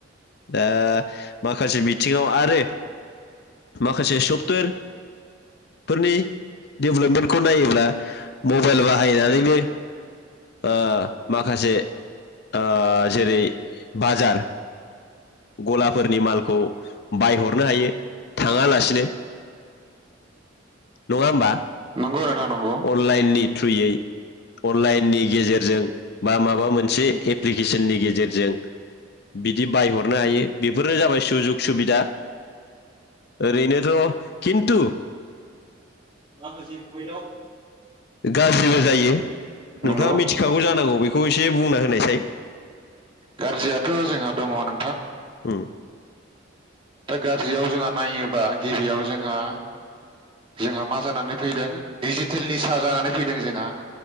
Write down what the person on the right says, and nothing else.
नंगौ नोंथां नंगौ
माखासे पइन्त आव
नंगौ
गाज्रियाथ'
जोंहा
नोंथां
दा गाज्रियाव जोंहा नायोबा गिबियाव जोंहा जोंहा मा जानानै फैदों डिजिटेलनि सा जानानै फैदों जोंहा